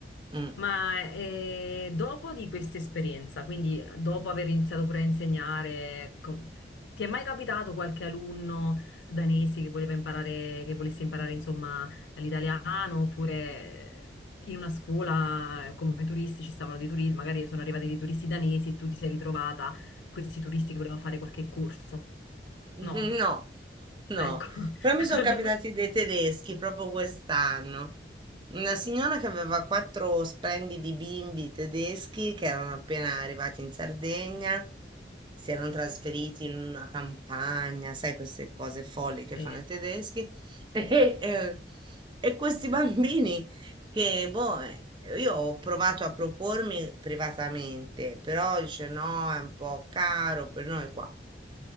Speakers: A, on the right; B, on the left.
A: Mm.
B: Ma eh, dopo di questa esperienza, quindi eh, dopo aver iniziato pure a insegnare, com- ti è mai capitato qualche alunno danese che voleva imparare, che volesse imparare insomma l'italiano oppure eh, in una scuola eh, come turisti ci stavano dei turisti, magari sono arrivati dei turisti danesi e tu ti sei ritrovata questi turisti che volevano fare qualche corso?
A: <laughs>
B: No?
A: No, no,
B: Ecco. <laughs>
A: però mi sono capitati dei tedeschi proprio quest'anno. Una signora che aveva quattro splendidi bimbi tedeschi che erano appena arrivati in Sardegna, si erano trasferiti in una campagna, sai, queste cose folli che
B: Sì.
A: fanno i tedeschi. <laughs> E, eh, e questi bambini che, boh, eh, io ho provato a propormi privatamente, però dice no, è un po' caro per noi qua.